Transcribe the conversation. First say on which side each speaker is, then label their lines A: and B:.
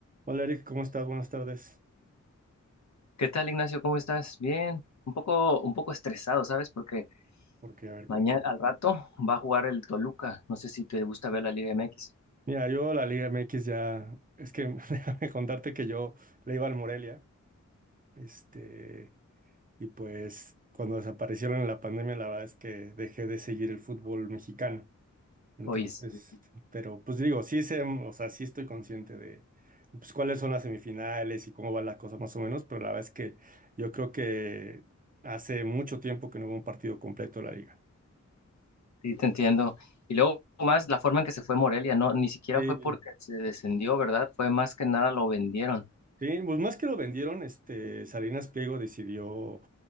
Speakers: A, on the right (about 30°); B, on the left (about 65°).
A: Hola Eric, ¿cómo estás? Buenas tardes.
B: ¿Qué tal, Ignacio? ¿Cómo estás? Bien. Un poco, un poco estresado, ¿sabes? Porque
A: Porque, a ver,
B: mañana
A: cuento.
B: al rato va a jugar el Toluca. No sé si te gusta ver la Liga MX.
A: Mira, yo la Liga MX ya, es que <laughs> déjame contarte que yo le iba al Morelia, este, y pues cuando desaparecieron en la pandemia, la verdad es que dejé de seguir el fútbol mexicano. Entonces,
B: Oye, sí,
A: pero pues digo, sí sé, o sea, sí estoy consciente de pues cuáles son las semifinales y cómo va la cosa más o menos, pero la verdad es que yo creo que hace mucho tiempo que no hubo un partido completo de la liga.
B: sí, te entiendo. Y luego más la forma en que se fue Morelia, no, ni siquiera
A: Sí,
B: fue porque se descendió, ¿verdad? Fue más que nada lo vendieron.
A: Sí, pues más que lo vendieron, este, Salinas Pliego decidió